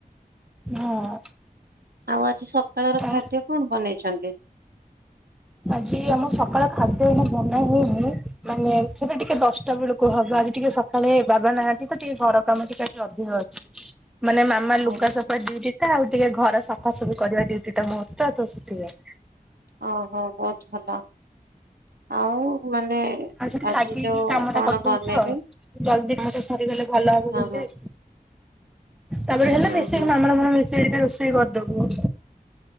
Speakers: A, in the centre; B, on the right (about 80°).
A: ହଁ।
B: ଆଉ ଆଜି ସକାଳର
A: ଆଉ
B: ଖାଦ୍ୟ କଣ ବନେଇଚନ୍ତି?
A: ଆଜି ଆମ ସକାଳ ଖାଦ୍ୟ ଏଇନା ବନା ହେଇନି ମାନେ ସେଟା ଟିକେ ଦଶଟା ବେଳକୁ ହବ ଆଜି ଟିକେ ସ ସକାଳେ ବାବା ନାହାନ୍ତି ତ ଟିକେ ଘର କାମ ଟିକେ ଆଜି ଅଧିକ ଅଛି ମାନେ ମା <unintelligible>
B: ହଁ
A: ଲୁଗା ସଫା ଡିଉଟି ଟା ଆଉ ଟିକେ ଘର ସଫା ସଫି କରିବା ଡ଼ିଉଟି ଟା ମୋର ତ- ତ ସେଥିପାଇଁ।
B: ଓହୋ ବହୁତ୍ ଭଲ। ଆଉ ମାନେ
A: ଆଜି ଲାଗିକି
B: ଯୋଉ
A: କାମ
B: କଣ
A: ଟା କରିଦଉଚୁ
B: ବନେଇବେ?
A: ଆଉ ଜଲ୍ଦି କାମଟା ସରିଗଲେ ଭଲ ହବ
B: ହଁ
A: ଜଲ୍ଦି।
B: ହଁ
A: ତାପରେ ହେଲେ
B: ହୁଁ
A: ମିଶେଇକି
B: ହୁଁ
A: ମାମା ର ମୋର ମିଶେଇ ଦିଟା ରୋଷେଇ କରିଦବୁ।